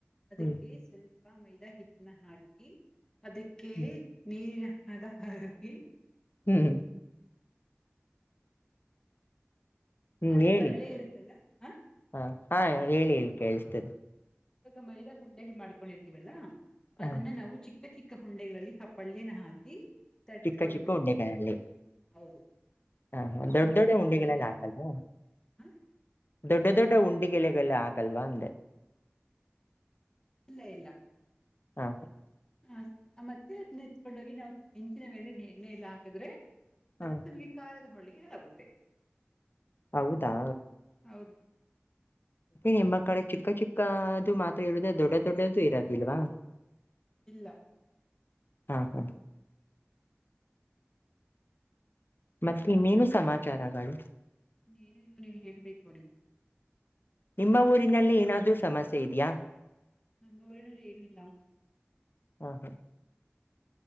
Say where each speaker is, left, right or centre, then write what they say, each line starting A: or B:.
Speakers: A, on the left; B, on the left.
A: ಅದಕ್ಕೆ
B: ಹ್ಮ್
A: ಸ್ವಲ್ಪ ಪ್ಪ ಮೈದಾ ಹಿಟ್ಟನ ಹಾಕಿ ಅದಕ್ಕೆ
B: ಹ್ಮ್
A: ನೀರಿನ ಹಾಕಿ
B: ಹ್ಮ್ ಹ್ಮ್
A: ಅದು
B: ಹೇಳಿ
A: ಪಳ್ಳೆ ಇರುತ್ತಲ್ಲ ಹ
B: ಹ ಹಾ ಹೇಳಿ ಹೇಳಿ ಕೇಳ್ತೇನೆ
A: ಇವಾಗ ಮೈದಾ ಹುಂಡೆ ಮಾಡ್ಕೊಂಡಿರ್ತೀವಲ್ಲಾ ಅದನ್ನ
B: ಹಾ
A: ನಾವು ಚಿಕ್ಕ ಚಿಕ್ಕ ಚಿಕ್ಕ ಉಂಡೆಗಳಲ್ಲಿ ಸಪಲ್ಯನನ ಹಾಕಿ ತಟ್ಕೊಂಡು
B: ಚಿಕ್ಕ ಚಿಕ್ಕ ಉಂಡೆಗಲ್ಲಿ
A: ಹೌದು
B: ಹ ಹ
A: ಆ
B: ದೊಡ್ಡ
A: ಉಂಡೆಯಲ್ಲಿ
B: ದೊಡ್ಡ ಉಂಡೆಗೆಲ್ಲ
A: ಆ ಪಲ್ಯ
B: ದಾತಲ್ವಾ
A: ಹ
B: ದೊಡ್ಡ ದೊಡ್ಡ ಉಂಡಿ ಕೆಲ್ಲ ಆಗಲ್ವಾ ಅಂದೆ <unintelligible>
A: ಇಲ್ಲ ಇಲ್ಲ
B: ಹಾ ಹ
A: ಹ ಮತ್ತೆ ಅದ್ ನೆತ್ಕೊಂಡ ಹೋಗಿ ನಾವ್ ಹೆಂಚಿನ ಮೇಲೆ ಎಣ್ಣೆ ಎಲ್ಲ ಹಾಕಿದ್ರೆ
B: ಹ
A: ಅದು ನಮಗೆ ಕಾರದ ಹೊಳಿಗೆ ಆಗುತ್ತೆ
B: ಹೌದಾ
A: ಹೌದು
B: ನಿಮ್ಮ ಕಡೆ ಚಿಕ್ಕ ಚಿಕ್ಕದು ಮಾತ್ರ ಇರುದ ದೊಡ್ಡ ದೊಡ್ಡದು ಇರೋದಿಲ್ವಾ
A: ಇಲ್ಲಾ
B: ಹಾ ಹಾ
A: ಹ್ಮ್
B: ಮತ್ತೆ ಇನ್ನೇನು ಸಮಾಚಾರಗಳು
A: ನಿನು ಇನ್ನು ನೀವ್ ಹೇಳ್ಬೇಕ್ ನೋಡಿ
B: ನಿಮ್ಮ ಊರಿನಲ್ಲಿ ಏನಾದ್ರೂ ಸಮಸ್ಯೆ ಇದೆಯಾ
A: ನಮ್ಮ್ಊರನಲ್ಲಿ ಏನಿಲ್ಲಾ
B: ಹ್ಮ ಹಾ